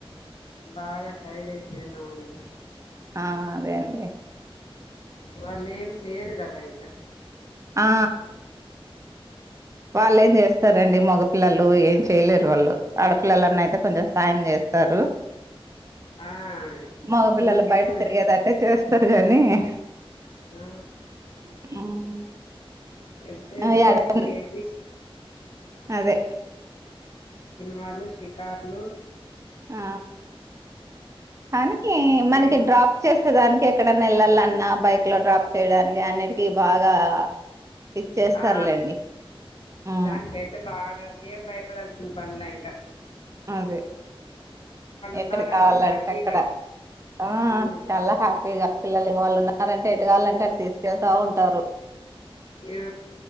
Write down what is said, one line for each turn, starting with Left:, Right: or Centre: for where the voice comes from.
Left: బాగా టైర్డ్ అయిపోయినాముండి
Right: ఆ అదే అండి
Left: వాళ్లేం చెయరు కదా ఇంకా
Right: ఆ వాళ్లేం చేస్తరండి మగపిల్లలు ఏం చేయలేరు వాళ్ళు ఆడపిల్లలన్న అయితే కొంచెం సాయం చేస్తారు
Left: ఆ
Right: మగపిల్లలు
Left: వీళ్ళకేమి
Right: బయట తిరిగేది అంటే చేస్తారు గానీ ఉమ్
Left: ఆ ఎంతసేపు బయట తిరిగేకి
Right: అదే
Left: సినిమాలు షికార్లు
Right: ఆ కానీ
Left: మే
Right: మనకి డ్రాప్ చేసేదానికి ఎక్కడన్నా వెళ్ళాల అన్నా బైక్ లో డ్రాప్ చేయడానికి అన్నిటి బాగా ఇచ్చేస్తారులేండి
Left: ఆ
Right: ఉ
Left: దానికైతే బాగా ఏం భయపడాల్సింది పన్లే ఇక
Right: అదే ఎక్కడ
Left: ఉన్నారంటే
Right: కావాలంటే
Left: హ్యాపీగా
Right: అక్కడ ఆ
Left: ఉమ్,
Right: చాలా హ్యాపీగా పిల్లలు ఇం వాళ్ళు ఉన్నారంటే ఎటుగావళంటే అటు తీసుకెళ్తా ఉంటారు
Left: ఆ